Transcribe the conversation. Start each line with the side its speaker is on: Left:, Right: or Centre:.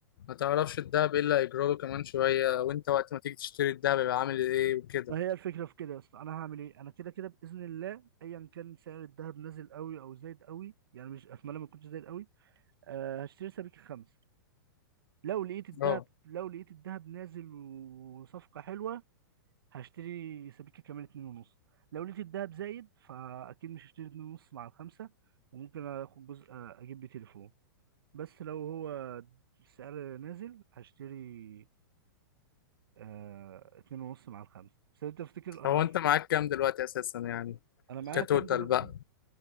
Left: ما تعرفش الدهب ايه اللي هيجرى له كمان شوية وانت وقت ما تيجي تشتري الدهب يبقى عامل ايه وكده
Right: ما هي الفكرة في كده يا اسطى أنا هعمل إيه؟ أنا كده كده بإذن الله أيا كان سعر الذهب نازل قوي أو زايد قوي يعني مش أتمنى ما يكونش زايد قوي أه هشتري سبيكة خمسة لو لقيت الذهب
Left: اه
Right: لو لقيت الذهب نازل وصفقة حلوة هشتري سبيكة كمان اتنين ونص لو لقيت الدهب زايد فأكيد مش هشتري اتنين ونص مع الخمسة وممكن آخد جزء آه، أجيب بيه تليفون بس لو هو السعر نازل هشتري آه اتنين ونص مع الخمسة بس أنت تفتكر الأسعار
Left: هو انت معاك كام دلوقتي اساسا يعني
Right: أنا معايا
Left: كتوتال
Right: كام دلوقتي؟
Left: بقى